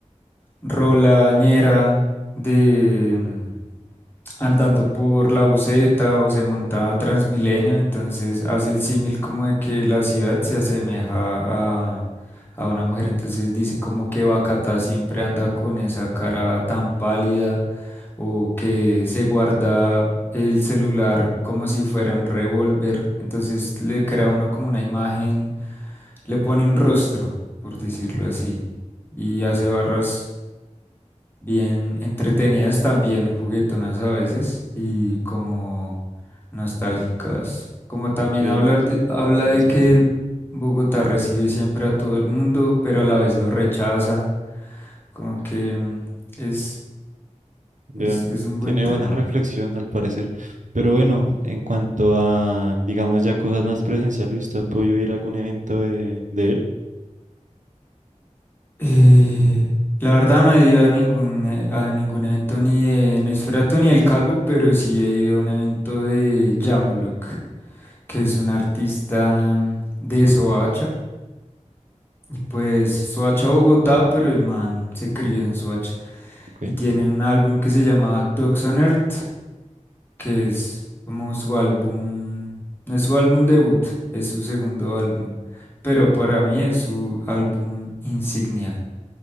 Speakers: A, on the left; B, on the right.
A: rolañera de mm, andando por la buseta o se monta a Transmilenio, entonces hace el símil como de que la ciudad se asemeja a a una mujer, entonces dice como que Bacatá siempre anda con esa cara tan pálida o que se guarda el celular como si fuera un revólver. Entonces le crea uno como una imagen, le pone un rostro, por decirlo
B: Ujú.
A: así, y hace barras bien entretenidas también, juguetonas a veces y como nostálgicas. Como también
B: Ok,
A: hablar de- habla
B: interesante.
A: de que Bogotá recibe siempre a todo el mundo, pero a la vez lo rechaza. Como que mm, es,
B: Vea,
A: es, es un
B: tiene
A: buen tema.
B: buena reflexión al parecer. Pero bueno, en cuanto a, digamos, ya cosas más presenciales, ¿usted apoyó ir a algún evento de, de él?
A: Eh, la verdad no he ido a ningún, eh, a ningún evento ni de Noisferatu ni del Calvo, pero sí he ido a un evento de Jamblock, que es un artista mm, de Soacha. Y pues Soacha Bogotá, pero el man se crió en Soacha.
B: Ok,
A: Y tiene un álbum que se llama Dogs on Earth, que es como su álbum, no es su álbum debut, es su segundo álbum, pero para mí es su álbum insignia.